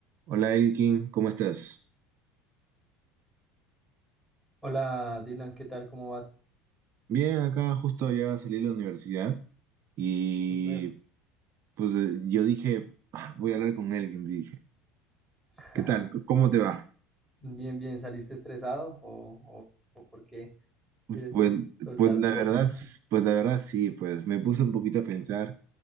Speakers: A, on the right; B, in the centre.
A: Hola Elkin, ¿cómo estás?
B: Hola Dylan, ¿qué tal? ¿Cómo vas?
A: Bien, acá justo ya salí de la universidad y
B: Súper.
A: pues eh, yo dije, "Ah, voy a hablar con Elkin, dije.
B: <laughs>
A: ¿Qué tal? C- ¿Cómo te va?
B: Bien, bien. ¿Saliste estresado o, o, o por qué
A: Pues,
B: quieres soltar
A: pues la
B: un poco?
A: verdad, s- pues la verdad sí, pues me puse un poquito a pensar